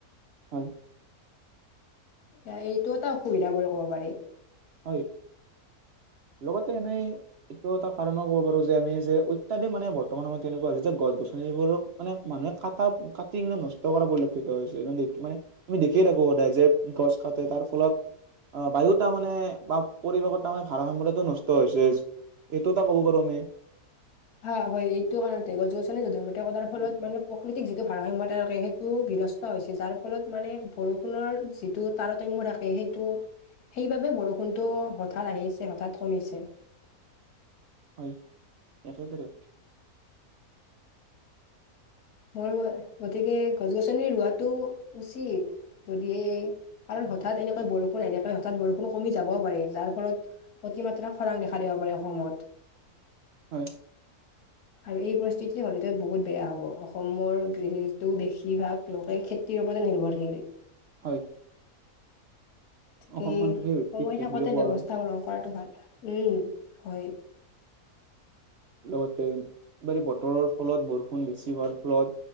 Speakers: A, on the right; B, on the left.
A: হয়।
B: এতিয়া এইটো এটা অসুবিধা বুলি ক'ব পাৰি।
A: হয়। লগতে এনেই এটো এটা কাৰণে ক'ব পাৰো যে আমি যে অত্যাধি মানে বৰ্তমান আমা কেনেকুৱা হৈছে যে গছ গছনিবোৰক মানে মানুহে কাটা কাটি নে নষ্ট কৰা পৰিলক্ষিত হৈছে মানে আমি দেখিয়ে থাকো সদায় যে গছ কাটে তাৰ ফলত অ, বায়ু তাৰমানে বা পৰিৱেশত তাৰ ভাড়াসম্যৰটো নষ্ট হৈছে। সেইটো এটা কব পাৰো আমি
B: হা হয় এইটো কাৰণতে গছ গছনি যধে মধে কটাৰ ফলত মানে প্ৰকৃতিক যিটো ভাৰসাম্যতা ৰসে সেইটো বি নষ্ট হৈচি যাৰ ফলত মানে বৰষুণৰ যিটো তাৰতম্য থাকে হেইটো সেইবাবে বৰষুণতটো হঠাৎ আহিছে হঠাৎ কমিছে।
A: হয় এটা এটা দে।
B: মোৰ গতিকে গছ গছনি ৰুৱাটো উচিত, যদি এই আৰু হঠাৎ এনেকৈ বৰষুণ এনেকৈ হঠাৎ বৰষুণ কমি যাবও পাৰে, যাৰ ফলত অতিমাত্ৰা খৰাং দেখা দিব পাৰে অসমত।
A: হয়।
B: আৰু এই পৰিস্থিতিটো হ'লেতো বহুত বেয়া হ'ব। অসমৰ যিহেতু বেচিভাগ লোকে খেতিৰ ওপৰতে নিৰ্ভৰশীল।
A: হয়।
B: ঠিকেই
A: অসমখন কৃষি ভিত্তিক
B: সময়
A: দেশ
B: থাকোতে
A: বুলি কোৱা
B: ব্যৱস্থা
A: হয়
B: গ্ৰহণ কৰাটো ভাল। উম, হয়।
A: লগতে বাৰে বতৰ ফলত বৰষুণ বেছি হোৱাৰ ফলত